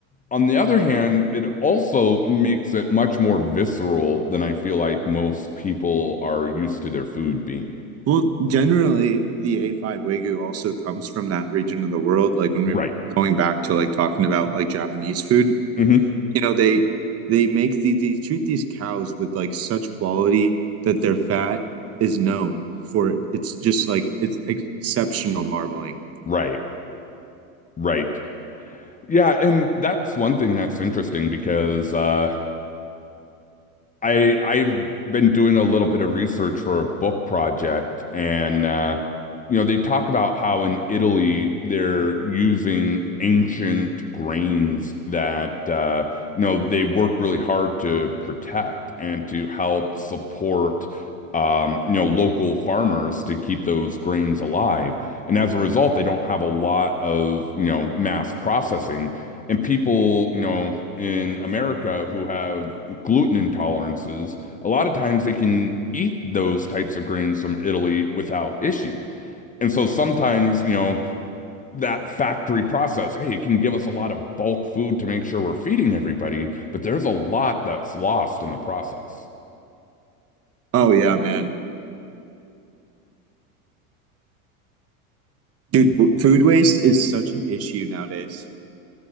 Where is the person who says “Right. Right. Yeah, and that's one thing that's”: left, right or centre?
Left